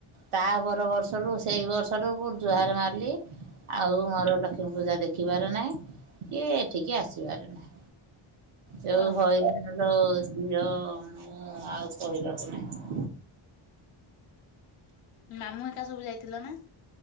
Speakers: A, on the right; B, on the left.
A: ତା ପର ବର୍ଷରୁ ସେ ସେଇ ବର୍ଷଠୁ ମୁଁ ଜୁହାର ମାରିଲି ଆଉ ମୋର ଲକ୍ଷ୍ମୀ ପୂଜା ଦେଖିବାର ନାହିଁ। କି ଏଠିକି ଆସିବାର ନାହିଁ। ଯୋଉ
B: କଣ ହେଲା?
A: ହଇରାଣ ଲୋ ଝିଅ ମୁଁ ଆଉ କହିବାକୁ ନାହିଁ।
B: ମାମୁଁ ହେକା ସବୁ ଯାଇଥିଲ ନାଁ?